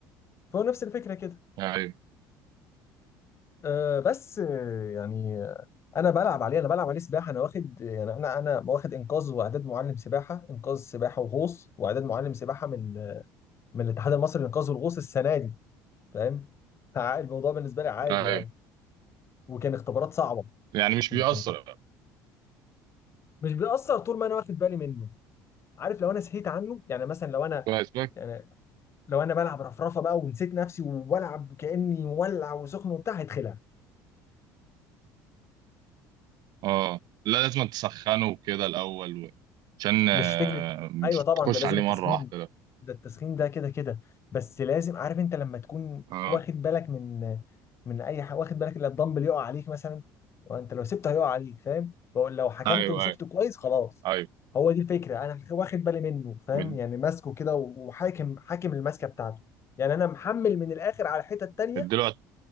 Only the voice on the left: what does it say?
فهو نفس الفكره كده
أه بس آه، يعني آه، انا بلعب عليه انا بلعب عليه سباحه انا واخد يعني انا انا واخد انقاذ واعداد معلم سباحه انقاذ سباحه وغوص واعداد معلم سباحه من آه، من الاتحاد المصري للانقاذ والغوص السنه دي فاهم فع- الموضوع بالنسبه لي عادي
يعني وكان اختبارات صعبه
يعني
كانت مش بيأثر طول ما انا واخد بالي منه عارف لو انا سهيت عنه يعني مثلا لو انا
يعني لو انا بلعب رفرفه بقى ونسيت نفسي وبلعب كأني مولع وسخن وبتاع هيتخلع
مش فكره
ايوه طبعا
ده لازم
التسخين
ده التسخين ده كده كده بس لازم عارف انت لما تكون
واخد بالك من من اي حاجه واخد بالك ان الدمبل يقع عليك مثلا وانت لو سبته هيقع عليك فاهم بقول لو حكمته
ومسكته
كويس خلاص
هو دي الفكره انا واخد بالي منه فاهم
يعني ماسكه كده وحاكم حاكم الماسكه بتاعته يعني انا محمل من الاخر على الحته التانيه